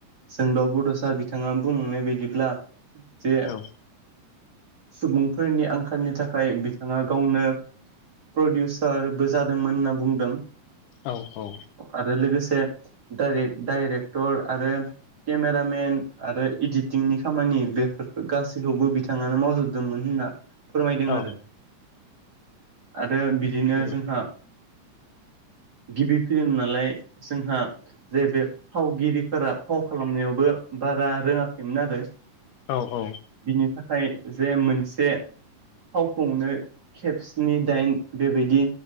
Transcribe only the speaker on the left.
औ
औ औ
औ
नंगौ
औ औ